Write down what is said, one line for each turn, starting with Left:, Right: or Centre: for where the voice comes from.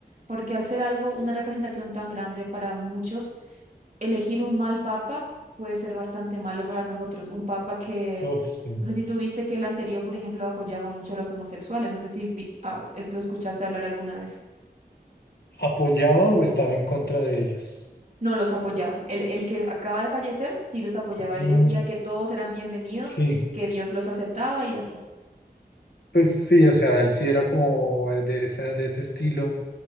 Right: Porque al ser algo, una representación tan grande para muchos, elegir un mal papa puede ser bastante malo para nosotros. Un papa que,
Left: Uf, sí.
Right: no sé si tú viste que el anterior, por ejemplo, apoyaba mucho a los homosexuales, no sé si vi- ah, es- lo escuchaste hablar alguna vez.
Left: ¿Apoyaba o estaba en contra de ellos?
Right: No los apoyaba. El, el que acaba de fallecer sí los apoyaba.
Left: Mm,
Right: Él decía que todos eran bienvenidos,
Left: sí.
Right: que Dios los aceptaba y así.
Left: Pues sí, o sea, él sí era como de esa, de ese estilo.